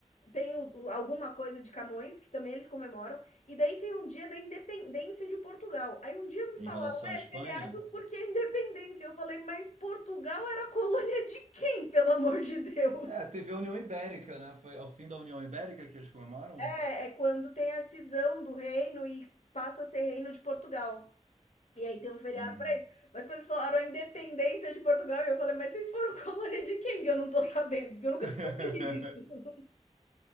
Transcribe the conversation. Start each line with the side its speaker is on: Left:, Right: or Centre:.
Left: tem o- o- alguma coisa de Camões, que também eles comemoram, e daí tem um dia da independência de Portugal. Aí um dia me
Right: em
Left: falaram,
Right: relação
Left: é
Right: à Espanha?
Left: feriado porque é independência. Eu falei, mas Portugal era colônia de quem, pelo amor de Deus?
Right: É, teve a União Ibérica, né? Foi ao fim da União Ibérica que eles comemoram?
Left: É, é quando tem a cisão do reino e passa a ser reino de Portugal. E aí tem um feriado
Right: Uhum.
Left: pra isso. Mas quando eles falaram a independência de Portugal, eu falei, mas vocês foram colônia de quem? Eu não tô sabendo, porque eu nunca
Right: <laughs>
Left: descobri isso. <laughs>